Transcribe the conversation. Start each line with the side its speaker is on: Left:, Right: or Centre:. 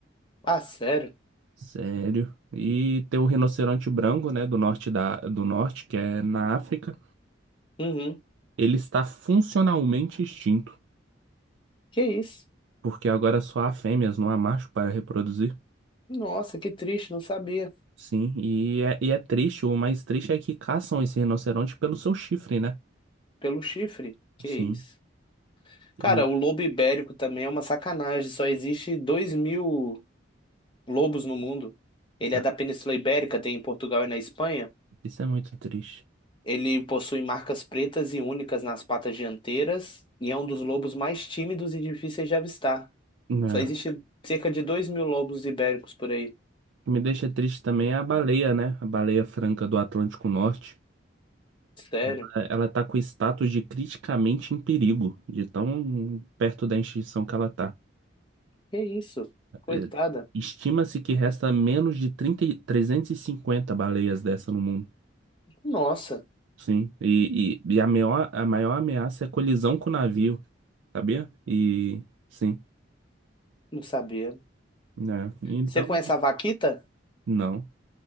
Left: Ah, sério?
Right: Sério. E tem o rinoceronte branco, né, do norte da, do norte, que é na África.
Left: Uhum.
Right: Ele está funcionalmente extinto,
Left: Que isso?
Right: porque agora só há fêmeas, não há macho para reproduzir.
Left: Nossa, que triste, não sabia.
Right: Sim, e é, e é triste, o mais triste é que caçam esse rinoceronte pelo seu chifre, né?
Left: Pelo chifre? Que
Right: Sim.
Left: isso?
Right: E
Left: Cara, o lobo ibérico também é uma sacanagem. Só existe dois mil lobos no mundo. Ele
Right: ah,
Left: é da Península Ibérica, tem em Portugal e na Espanha.
Right: isso é muito triste.
Left: Ele possui marcas pretas e únicas nas patas dianteiras e é um dos lobos mais tímidos e difíceis de avistar.
Right: É.
Left: Só existe cerca de dois mil lobos ibéricos por aí.
Right: O que me deixa triste também é a baleia, né? A baleia franca do Atlântico Norte.
Left: Sério?
Right: Ela, ela tá com o status de criticamente em perigo, de tão perto da extinção que ela tá.
Left: Que isso? Coitada.
Right: É, Estima-se que resta menos de 30, e- 350 baleias dessa no mundo.
Left: Nossa,
Right: Sim. E, e, e a maior, a maior ameaça é colisão com o navio, sabia? E sim,
Left: não sabia.
Right: né? Então,
Left: Você conhece a vaquita?
Right: não.